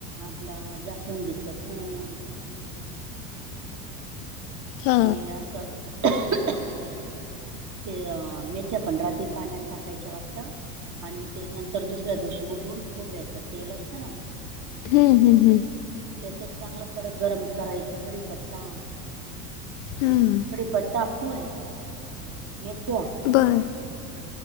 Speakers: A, on the right; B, on the left.
A: आपल जास्वंदीचं फूल
B: हा
A: ते असं खो -खो ते अ मेथ्या पण रात्री पाण्यात टाकायच्या वाटत. आणि ते नंतर दुसऱ्या दिवशी उठून खोबऱ्यायचं तेल असतं ना?
B: हम्म, हम्म हम्.
A: त्याच्यात चांगलं कडक गरम करायचं कढीपत्ता
B: हम्म.
A: कढीपत्ता, फुल मेथ्या
B: बरं.